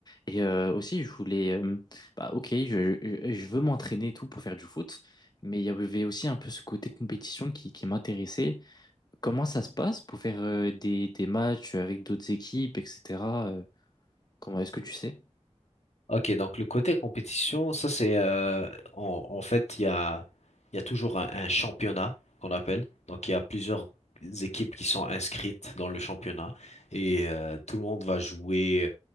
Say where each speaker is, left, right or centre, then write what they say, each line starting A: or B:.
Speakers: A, on the left; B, on the left.
A: Et euh, aussi, je voulais, euh, bah ok, je, je, je veux m'entraîner et tout pour faire du foot, mais il y avait aussi un peu ce côté compétition qui, qui m'intéressait. Comment ça se passe pour faire euh, des, des matchs avec d'autres équipes, etc. euh, comment est-ce que tu sais?
B: Ok, donc le côté compétition, ça c'est euh, en, en fait il y a il y a toujours un, un championnat qu'on appelle. Donc il y a plusieurs équipes qui sont inscrites dans le championnat et euh, tout le monde va jouer